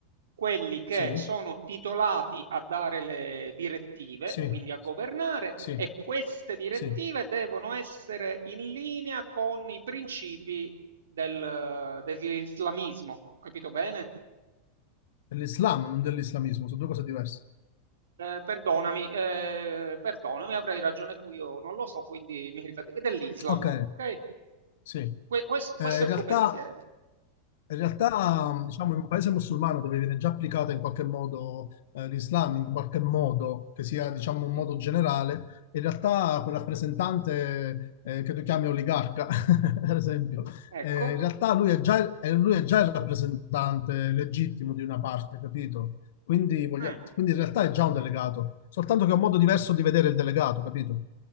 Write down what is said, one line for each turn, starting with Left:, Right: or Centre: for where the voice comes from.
Right: quelli che
Left: sì,
Right: sono titolati a dare le direttive,
Left: sì,
Right: quindi a governare,
Left: sì,
Right: e queste direttive
Left: sì.
Right: devono essere in linea con i principi del- dell'islamismo. Ho capito bene?
Left: Dell'Islam, non dell'islamismo, sono due cose diverse.
Right: Ehm, perdonami, ehm, perdonami, avrai ragione tu, io non lo so, quindi mi rifà dell'Islam,
Left: Ok,
Right: okay?
Left: sì. Eh,
Right: Que questo questo
Left: in
Right: è il
Left: realtà
Right: tuo pensiero.
Left: In realtà, diciamo, in un paese musulmano dove viene già applicata in qualche modo eh, l'Islam, in qualche modo, che sia, diciamo, un
Right: Sì,
Left: modo generale, in realtà quel rappresentante eh, che tu chiami oligarca, <laughs> per esempio,
Right: ecco.
Left: eh, in realtà lui è già, eh, lui è già il rappresentante legittimo di una parte, capito? Quindi, voglia-
Right: Mh.
Left: quindi in realtà è già un delegato, soltanto che è un modo diverso di vedere il delegato, capito?